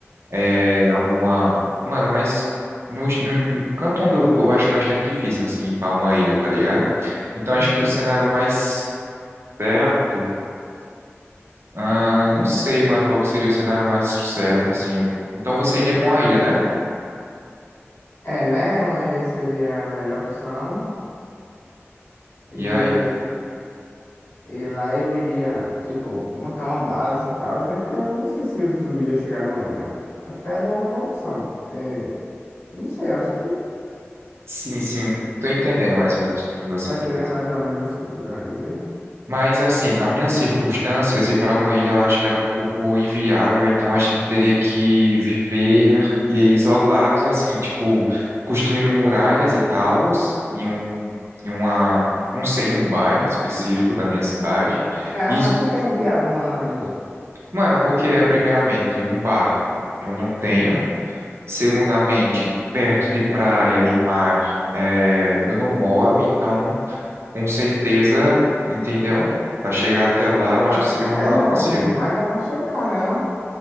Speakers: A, on the right; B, on the left.
A: é, alguma. Mano, mas. No, no, no canto onde eu tô, acho bastante difícil, assim, ir pra uma ilha, tá ligado? Então, acho
B: Uhum.
A: que o cenário mais certo Ah, não sei, mano, qual que seria o cenário mais certo, assim. Então você iria pra uma ilha, né?
B: É, né? Uma ilha seria a melhor opção. E
A: E aí?
B: E lá eu iria, tipo, montar uma base e tal, né? Porque eu não sei se o zumbi ia chegar numa ilha. Acho que a ilha é a melhor opção, porque, não sei, acho que
A: Sim, sim. Tô entendendo mais ou menos o que você
B: tá entendendo
A: quer dizer.
B: mais ou menos isso que eu tô querendo dizer.
A: Mas, assim, nas minhas circunstâncias, ir para uma ilha eu acho que era um pouco inviável, então a gente teria que viver e isolados, assim, tipo, construindo muralhas e tals, em um, em uma, não sei, um bairro específico da minha cidade.
B: Não,
A: E,
B: mas por que enviava uma ilha?
A: mano, porque é primeiramente um barco. Eu não
B: Hum.
A: tenho. Segundamente, perto de praia e mar, é, eu não moro, então, com certeza, entendeu? Para chegar até lá, eu
B: Não,
A: acho que seria uma
B: é
A: burocracia.
B: longe, mas dá pra chegar, né? Não?